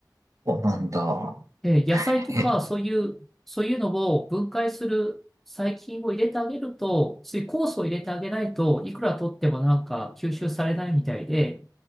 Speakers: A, on the right (about 45°); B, in the centre.
A: お、なんだ。
B: え、野菜とか、
A: え、
B: そういう、そういうのを分解する細菌を入れてあげると、そういう酵素を入れてあげないといくら取ってもなんか吸収されないみたいで、